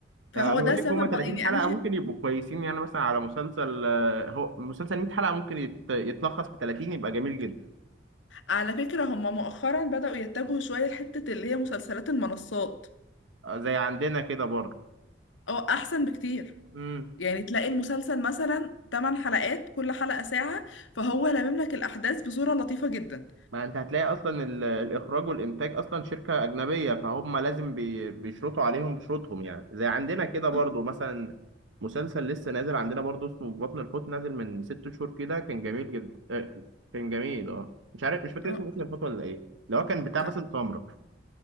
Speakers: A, on the left (about 80°); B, on the right (about 85°).
A: فهو
B: آه، انا
A: ده
B: بقول لك
A: سبب
B: هما 30
A: من... يعني
B: حلقه
A: انا شايف
B: ممكن يبقوا كويسين يعني مثلا على مسلسل آه، هو مسلسل 100 حلقه ممكن يت- يتلخص في 30 يبقى جميل جدا
A: على فكرة هم مؤخرا بدأوا يتجهوا شوية لحتة اللي هي مسلسلات المنصات
B: آه، زي عندنا كده برضه
A: او احسن بكتير
B: مم.
A: يعني تلاقي المسلسل مثلا 8 حلقات كل حلقة ساعة فهو لامم لك الاحداث بصورة لطيفة جدا
B: ما انت هتلاقي اصلا ال- الاخراج والانتاج اصلا شركه اجنبيه فهم لازم بي- بيشرطوا عليهم بشروطهم يعني زي عندنا كده برضو
A: اه
B: مثلا مسلسل لسه نازل عندنا برضو اسمه في بطن الحوت نازل من ست شهور كده كان جميل جدا آه، كان جميل اه مش عارف مش فاكر
A: اه
B: اسمه بطن الحوت ولا ايه اللي هو كان بتاع
A: لا
B: باسم سمرة